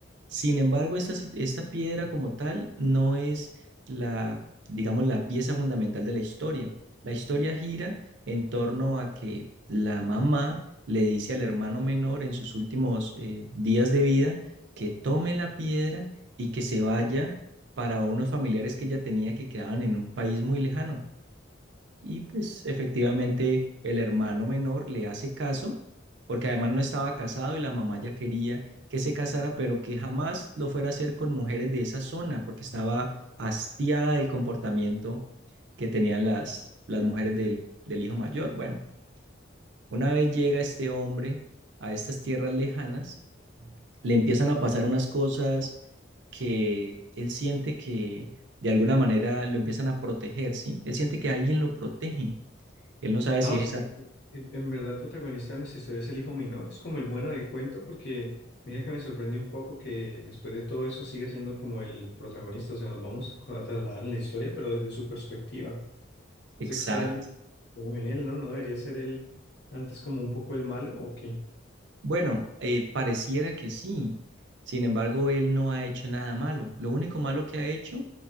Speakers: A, on the right; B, on the left.
A: sin embargo, esta, si- esta piedra como tal no es la, digamos, la pieza fundamental de la historia. La historia gira en torno a que la mamá le dice al hermano menor en sus últimos eh, días de vida que tome la piedra y que se vaya para unos familiares que ella tenía que quedaban en un país muy lejano. Y pues efectivamente el hermano menor le hace caso, porque además no estaba casado y la mamá ya quería que se casara, pero que jamás lo fuera a hacer con mujeres de esa zona, porque estaba hastiada del comportamiento que tenían las, las mujeres del, del hijo mayor. Bueno, una vez llega este hombre a estas tierras lejanas, le empiezan a pasar unas cosas que él siente que de alguna manera lo empiezan a proteger, ¿sí? Él siente que alguien lo protege. Él no sabe
B: Ah,
A: si
B: o
A: es
B: sea,
A: esa
B: que en, en verdad el protagonista de nuestra historia es el hijo menor, es como el bueno del cuento porque mira que me sorprende un poco que después de todo eso siga siendo como el protagonista, o sea, nos vamos a trasladar en la historia, pero desde su perspectiva.
A: Exacto.
B: Es extraño como en él, ¿no? ¿No debería ser él antes como un poco el malo o qué?
A: Bueno, eh, pareciera que sí. Sin embargo, él no ha hecho nada malo. Lo único malo que ha hecho